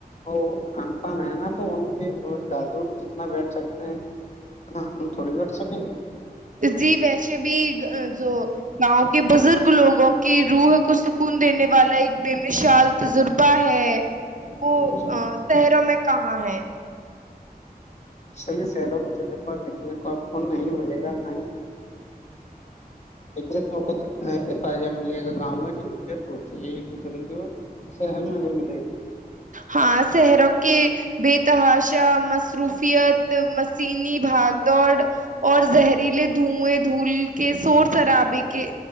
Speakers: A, on the left; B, on the right.
A: وہ کھان پان ہے نا تو ان کے دادو جتنا بیٹھ سکتے ہیں ہاں ہم تھوڑی بیٹ سکے گے
B: <inaudible> ا بھی جو گاؤں کے بزرگ لوگو ں کہ روح کو سکون دینے والا ایک بی وشال تجربہ ہے
A: گے
B: وہ
A: جی
B: تہروں میں کہاں ہے
A: صحیح سہرو اس جگہ پر دیکھنے کو آپ کو نہیں ملے گا نہ ہی عزت <inaudible> ہ ملے گا گاؤں میں جو عزت ہوتی ہیں ایک دوسرے کے اور شہر میں نہیں ملے گی
B: ہاں شہروں کے بے تحاشا مصروفیت مسیینی بھاگ دوڑ اور زہریلے دھوئیں دھول کے شور شرابے کے